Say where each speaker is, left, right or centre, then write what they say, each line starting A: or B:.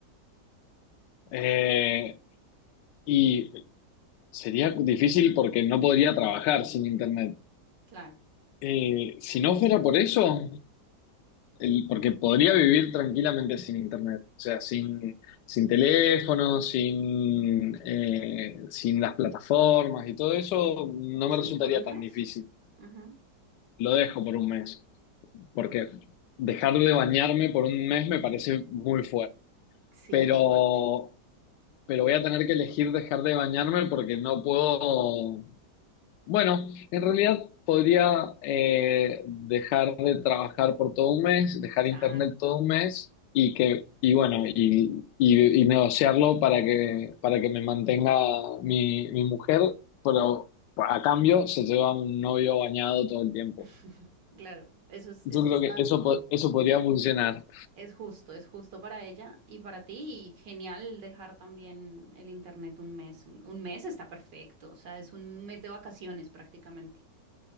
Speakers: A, on the left; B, on the right.
A: Eh, y sería difícil porque no podría trabajar sin internet.
B: Claro,
A: Eh, si no fuera por eso, el- porque podría vivir tranquilamente sin internet. O sea, sin, sin teléfono, sin, eh, sin las plataformas y todo eso, no
B: sí,
A: me resultaría
B: por un
A: tan
B: mes,
A: difícil.
B: sí. Ujú.
A: Lo dejo por un mes. porque dejar de bañarme por un mes me parece muy fuerte,
B: Sí,
A: pero,
B: es fuerte.
A: pero voy a tener que elegir dejar de bañarme porque no puedo, bueno, en realidad podría eh, dejar de trabajar por todo un mes, dejar
B: Claro,
A: internet todo un mes y que, y bueno, y, y- y negociarlo para que, para que me mantenga mi, mi mujer, pero a cambio se lleva un novio bañado todo el tiempo.
B: <laughs> claro, eso es,
A: Yo
B: eso
A: creo
B: está.
A: que eso, po- eso podría funcionar.
B: Es justo, es justo para ella y para ti. Y genial dejar también el internet un mes. Un un mes está perfecto, o sea, es un mes de vacaciones prácticamente.